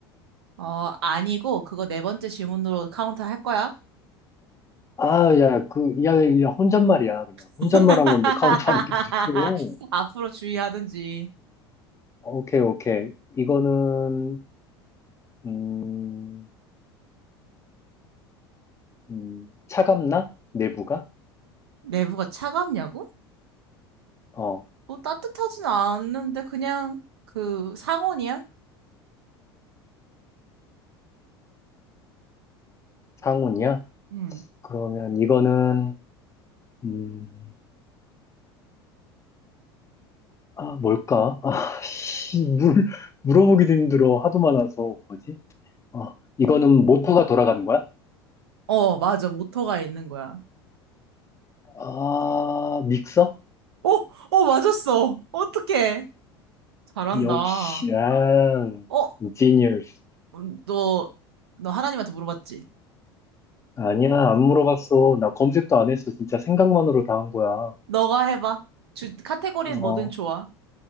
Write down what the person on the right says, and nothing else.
어, 아니고 그거 네 번째 질문으로 카운트 할 거야.
<laughs>
앞으로 주의하든지.
내부가 차갑냐고?
뭐 따뜻하진 않는데 그냥 그 상온이야?
응.
어, 맞아. 모터가 있는 거야.
어, 어, 맞았어. 어떡해. 잘한다.
어,
어,
음, 너, 너 하나님한테 물어봤지?
너가 해봐. 주, 카테고리는
뭐든 좋아.